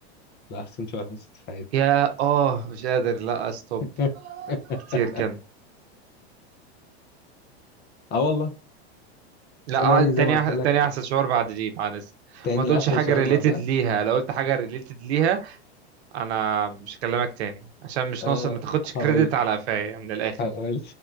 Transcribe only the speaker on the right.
يا اه مش قادر لا استوب
كتير كده
لا
آه، تاني
أح- تاني احسن شعور بعد دي بعد الس-
وما تقولش
حاجة
ريليتد
ليها لو قلت حاجة ريليتد ليها انا مش هكلمك تاني عشان مش
ناقصة ما تاخدش كريدت
على قفايا من الاخر